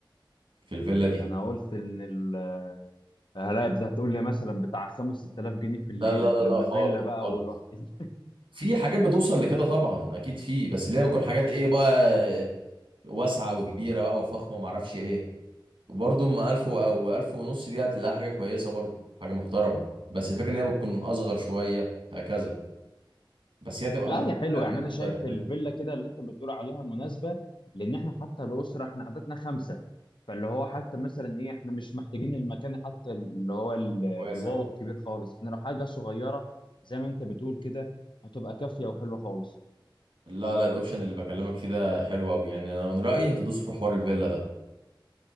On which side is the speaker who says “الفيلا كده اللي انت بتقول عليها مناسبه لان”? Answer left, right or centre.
Left